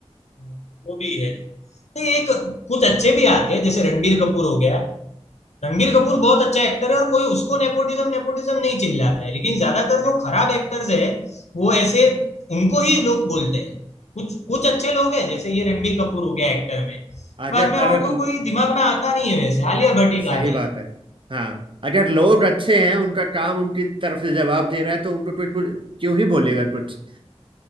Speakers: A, on the left (about 80°); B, on the right (about 50°).
A: हाँ, वो भी है तो एक कुछ अच्छे भी आते हैं जैसे रणबीर कपूर हो गया रणबीर कपूर बहुत अच्छा एक्टर है और कोई उसको नेपोटिज्म नेपोटिज्म नहीं चिल्लाता है लेकिन ज्यादातर जो खराब एक्टर्स है वो ऐसे उनको ही लोग बोलते हैं कुछ कुछ अच्छे लोग हैं जैसे ये रणबीर कपूर हो गया एक्टर में
B: अगर
A: बाद में और
B: अगर
A: तो कोई दिमाग में आता नहीं है वैसे आलिया भट्ट एक
B: सही
A: आ गई
B: बात है हाँ अगर लोग अच्छे हैं उनका काम उनकी तरफ से जवाब दे रहा है तो उनको कुछ कुछ क्यों ही बोलेगा कुछ